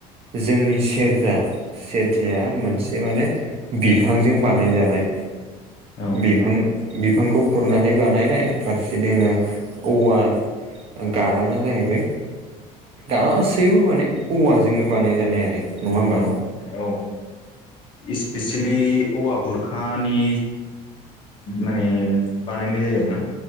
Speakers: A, on the right; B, on the left.
A: जोंनि सेरजा सेरजाया मोनसे माने बिफांजों बानायजानाय
B: औ
A: बिफां बिफांखौ खुरनानै बानायनाय फारसे दोङो औवा गार्डाना जाहैबाय गासैबो माने औवाजोंनो बानाय जानाय आरो नङा होमबा
B: औ औ इस्पेसियेलि औवा बुरखानि माने बानायनाय जायो आरोना